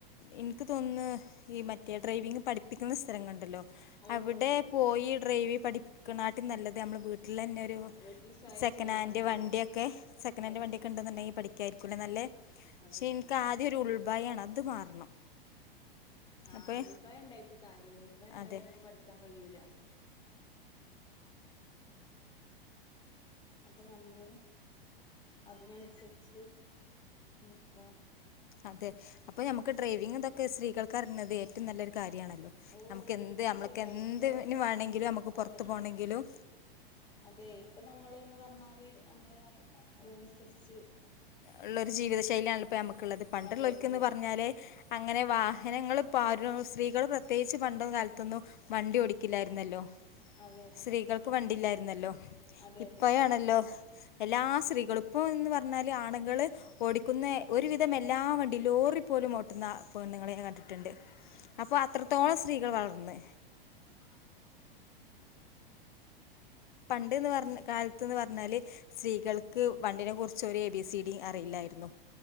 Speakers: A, on the left (about 55°); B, on the left (about 15°).
A: എനിക്ക് തോന്നുന്നു ഈ മറ്റേ ഡ്രൈവിങ് പഠിപ്പിക്കുന്ന സ്ഥലങ്ങഉ ുണ്ടല്ലോ
B: ഓ
A: അവിടെ
B: ഉണ്ട് ഉണ്ട്
A: പോയി ഡ്രൈവി പഠി ക്ക്ണാട്ടിലും നല്ലത് നമ്മളെ വീട്ട ട്ടിൽ തന്നെ ഒരു
B: വീട്ടിൽ സ്വയം
A: സെക്കൻഡ്
B: ചെയ്യാണ്
A: ഹാൻഡ്
B: നല്ലത്
A: വണ്ടിൊക്കെ സെക്കൻ് ഹാൻഡ്
B: അതെ
A: വണ്ടിയൊക്ക ഉണ്ടുണ്ടെങ്കിപഠി ക്കായിരിക്കുംല്ലെ നല്ലെ പക്ഷെ
B: അതെ അതെ
A: ഇൻക്ക് ആദ്യം ഒരു ഉൾഭയാണ് അത് മാറണം
B: ആഹ്
A: അപ്പേ
B: ഉൾഭയണ്ടായിട്ട് കാര്യല്ല ഉൾഭായ ണ്ടായ
A: അതെ
B: മമക്ക്പഠിക്ക ക്കാൻ കഴൂല അപ്പൊ നമ്മള് അതിനനുസരിച്ച് നിൽക്കണം
A: അതെ അപ്പൊ നമുക്ക് ഡ്രൈവിംഗ്ങ് തൊക്കെ സ്ത്രീകൾക്ക് അറിണത് ഏറ്റവും നല്ലൊരു കാര്യമാണ്
B: ഓ
A: നമുക്ക് എന്ത്
B: തീർച്ചയായും
A: നമ്മളൊക്കെ എന്തിന്
B: ഇപ്പൊ
A: വേണങ്കിലും നമുക്ക്
B: അതെ
A: പുറത്ത് പോണെങ്കിലും
B: അതെ ഇപ്പൊ നമ്മള്ന്ന് പറഞ്ഞാല് നമ്മള് അതിനനുസരിച്ച്
A: ഉള്ള ഒരു ജീവിത ശൈലിയാാണല്ലൊപ്പോ നമമക്കുള്ളത് പണ്ടുള്ളോൽക്കന്ന്
B: അതെ അതെ
A: പറഞ്ഞാല് അങ്ങനെ വാ ഹനങ്ങൾപ്പോ ആരും സ്ത്രീകൾ പ്രത്യേകിച്ച് പണ്ടൊ കാലത്തൊന്നും വണ്ടി ഓടിക്കില്ലായിരുന്നല്ലോ
B: അതെ
A: സ്ത്രീകൾക്ക് വണ്ടില്ലായിരുന്നല്ലോ
B: അതെ
A: ഇപ്പോഴ ണല്ലോ എല്ലാ സ്ത്രീകളും ഇപ്പംന്ന് പറഞ്ഞാല് ആണുങ്ങള് ഓടിക്കുന്ന ഒരുവിധം എല്ലാ വണ്ടി ലോറി പോലും ഓട്ടുന്ന പെണ് ങ്ങളെ ഞാൻ കണ്ടിട്ടുണ്ട് അപ്പൊ അത്രത്തോളം സ്ത്രീകൾ വളർന്ന്
B: <unintelligible>
A: പണ്ട്ന്ന് പറഞ്ഞ കാലത്ത്ന്ന് പറഞ്ഞാല് സ്ത്രീകൾക്ക് വണ്ടിനെ കുറച്ച് ഒരു എ ബി സി ഡി അറിയില്ലായിരുന്നു